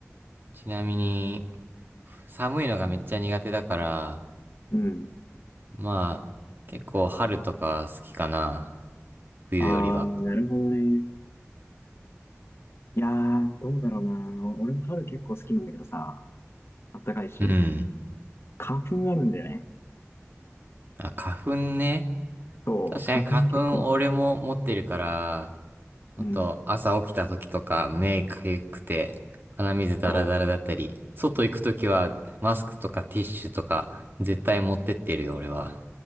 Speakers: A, on the right (about 45°); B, on the left (about 55°).
A: ちなみに、寒いのがめっちゃ苦手だから、
B: う、うん。
A: まあ、結構春とか好きかな。冬よりは。
B: あー、なるほどね。いやー、どうだろうな。お俺も春結構好きなんだけどさ、あったかいし、
A: うん。
B: 花粉あるんだよね。
A: あ、花粉ね。
B: そう、
A: 確かに花粉俺も持ってるから、
B: 花粉結構、
A: ほんと、
B: うん、
A: 朝起きた時とか目かゆくて鼻水ダラダラだったり、
B: そ
A: 外行く時はマスクとかティッシュとか絶対持ってってるよ、俺は。